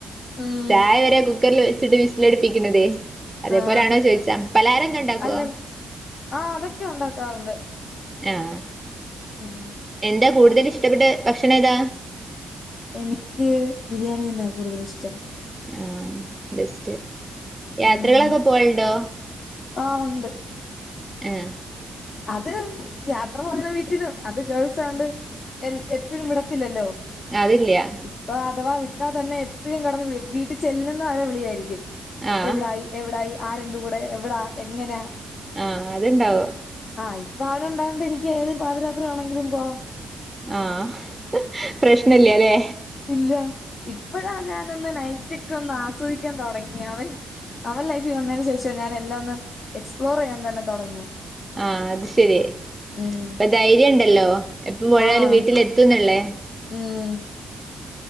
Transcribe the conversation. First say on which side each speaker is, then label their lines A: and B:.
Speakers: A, on the left; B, on the right.
A: ഉം
B: ചായ വരെ കുക്കർൽ വെച്ച്ട്ട് വിസ് ലെടുപ്പിക്കുന്നതേ അതേ
A: ആഹ്
B: പോലാണോ ചോയിച്ചാ. പലഹാരം ന്ത് ണ്ടാക്കോ?
A: അല്ലല്ല ആഹ് അതൊക്കെ ഉണ്ടാക്കാറുണ്ട്.
B: യാഹ്
A: ഉം
B: എന്താ കൂടുതല് ഇഷ്ടപ്പെട്ട് ഭക്ഷണം ഏതാ?
A: എനിക്ക് ബിരിയാണി ന്നെ കൂടുതൽ ഇഷ്ടം.
B: ആഹ് ബെസ്റ്റ് യാത്രകളൊക്കെ
A: ഉം
B: പോയലുണ്ടോ?
A: ആഹ് ഉണ്ട്
B: ഏഹ്.
A: അത് യാത്ര പോ <unintelligible> അത് ഗേൾസായോണ്ട് എൽ എപ്പ്ഴും വിടത്തില്ലല്ലോ.
B: ഏഹ് അത്‌ല്ല്യാ
A: ഇപ്പൊ അഥവാ വിട്ടാ തന്നെ എപ്പഴും കെടന്ന് വിളി വീട്ടി ചെല്ല്ന്ന വരെ വിളിയായിരിയ്ക്കും.
B: ആഹ്
A: എവിടായി എവ്ടായി ആരുണ്ട് കൂടെ എവടാ എങ്ങനാ
B: ആഹ്, അത്ണ്ടാവു
A: ആഹ്, ഇപ്പ അവനുണ്ടായോണ്ട്നിയ്ക്ക് ഏതൊരു പാതിരാത്രി വേണെങ്കിലും പോവാ.
B: ആഹ്, പ്രശ്നല്ല്യലേ.
A: ഇല്ല. ഇപ്പഴാ ഞാനൊന്ന് നൈറ്റൊക്കെ ഒന്ന് ആസ്വദിയ്ക്കാൻ തൊടങ്ങി അവൻ അവൻ ലൈഫി വന്നേന് ശേഷ ഞാന് എല്ലാം ഒന്ന് എക്സ്പ്ലോറെയ്യാൻ തന്നെ തൊടങ്ങിയെ.
B: ആഹ് അത് ശെരി.
A: ഉം
B: ഇപ്പ ധൈര്യണ്ടല്ലോ എപ്പം പോയാലും
A: ആഹ്
B: വീട്ടിലെത്തുംന്ന്ള്ളേ.
A: ഉം.